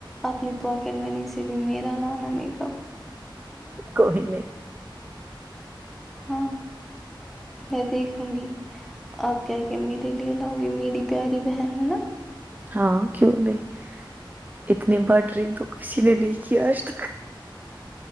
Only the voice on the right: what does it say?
کوئی نہیں
ہاں کیوں نہیں اتنی بر ڈرنگ تو کسی نے نہیں کی آج تک